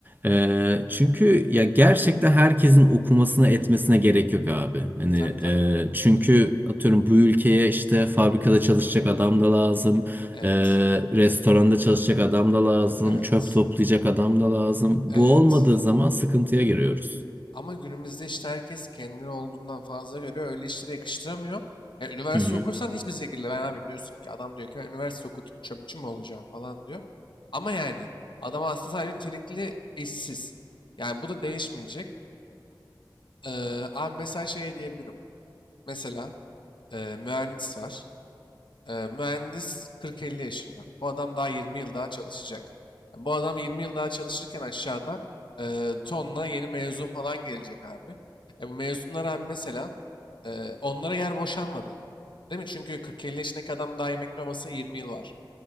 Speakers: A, on the right; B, on the left.
A: Ee, çünkü ya gerçekten herkesin okumasına etmesine gerek yok abi. Hani
B: Tabii tabii.
A: e, çünkü atıyorum bu ülkeye işte fabrikada çalışacak adam da lazım,
B: Evet.
A: e, restoranda çalışacak adam da lazım,
B: Evet.
A: çöp toplayacak adam da lazım. Bu
B: Evet.
A: olmadığı zaman sıkıntıya giriyoruz.
B: Ama günümüzde işte herkes kendini olduğundan fazla görüyor. Öyle işlere yakıştıramıyor. Yani üniversite
A: Hı hı,
B: okursan hiçbir şekilde ben abi diyorsun ki adam diyor ki ben üniversite okudum çöpçü mü olacağım falan diyor. Ama yani adam aslında sadece nitelikli işsiz. Yani bu da değişmeyecek. Ee, abi mesela şey diyebilirim. Mesela e, mühendis var. Ee, mühendis 40-50 yaşında. Bu adam daha 20 yıl daha çalışacak. Yani bu adam 20 yıl daha çalışırken aşağıda e, tonla yeni mezun falan gelecek abi. E, bu mezunlar abi mesela e, onlara yer boşalmadı. Değil mi? Çünkü 40-50 yaşındaki adam daha emekli olması 20 yıl var.